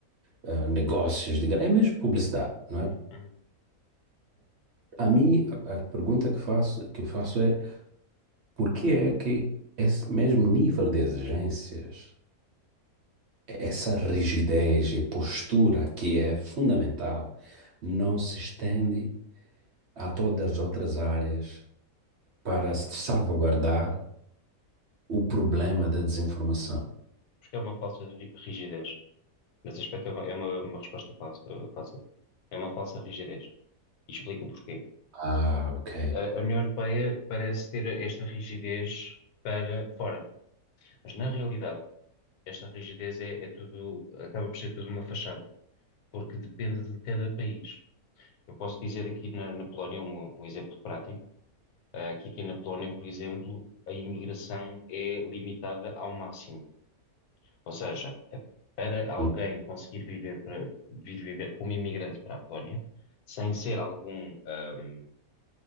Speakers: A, on the right; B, on the left.
A: eh, negócios, diga- é mesmo publicidade, não é?
B: uhum.
A: A mim, a, a pergunta que faço, que faço é por que é que esse mesmo nível de exigências, essa rigidez e postura que é fundamental, não se estende a todas as outras áreas para se salvaguardar o problema da desinformação?
B: porque é uma falsa ri- rigidez. Nesse aspecto é uma, é uma- uma resposta fácil, fácil. É uma falsa rigidez. E explico o porquê.
A: Ah, ok.
B: A a União Europeia parece ter esta rigidez para fora, mas na realidade esta rigidez é, é tudo, acaba por ser tudo uma fachada, porque depende de cada país. Eu posso dizer aqui na, na Polónia um, um exemplo prático, ah, que aqui na Polónia, por exemplo, a imigração é limitada ao máximo, ou seja, para alguém
A: Hum,
B: conseguir viver para vir viver como imigrante para a Polónia, sem ser algum, ahm,